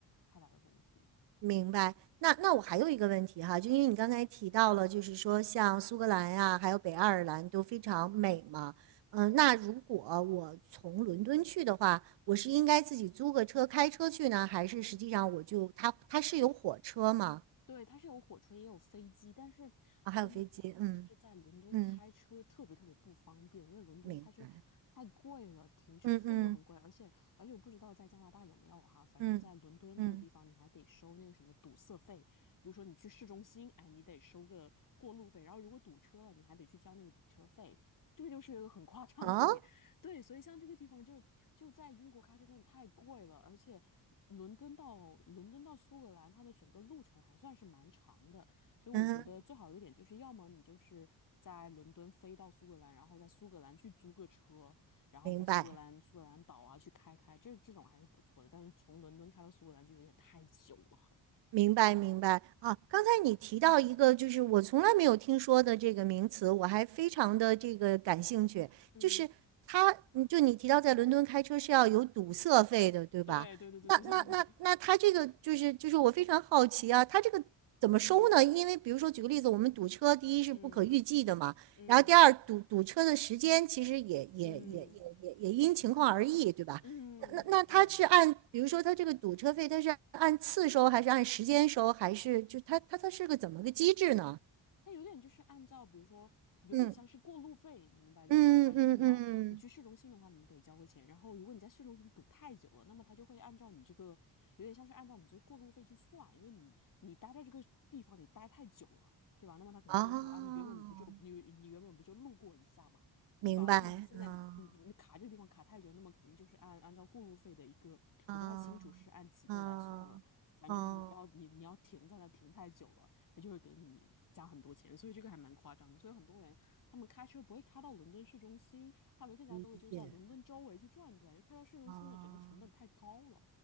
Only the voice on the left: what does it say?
太大的问题。
对，它是有火车也有飞机，但是我跟你讲哈，
就是在伦敦开车特别特别不方便，
因为伦敦开车
太贵了，停车费又很贵，
而且而且我不知道在加拿大有没有哈，反正在伦敦这个地方你还得收那个什么堵塞费，
比如说你去市中心，哎，你得收个过路费，然后如果堵车了，你还得去交那个堵车费，这个就是一个很夸张的一个点。
对，所以像这个地方就就在英国开车真的太贵了，而且伦敦到伦敦到苏格兰，它的整个路程还算是蛮长的，所以我觉得最好一个点就是，
要么你就是在伦敦飞到苏格兰，然后在苏格兰去租个车，然后在苏格兰苏格兰岛啊去开开，
这这种还是不错的，但是从伦敦开到苏格兰就有点太久了。
嗯，
对对对对对对对，
嗯嗯
嗯
嗯嗯，
对。
它有点就是按照，比如说，有点像是过路费，
你明白这个意思吧？
因为你要你去市中心的话，你得交个钱，然后如果你在市中心堵太久了，那么他就会按照你这个，有点像是按照你这个过路费去算，因为你你待在这个地方你待太久了，对吧？那么他可能就会说啊，
你原本不就你你原本不就路过一下嘛，对吧？
那么你现在你你你卡这个地方卡太久，
那么肯定就是按按照过路费的一个，
我不太清楚是按几倍来算了，
反正就是你要你你要停在那停太久了。他就会给你加很多钱，所以这个还蛮夸张的。所以很多人他们开车不会开到伦敦市中心，他们更加多的就是在伦敦周围去转转，
就开到市中心的整个成本太高了。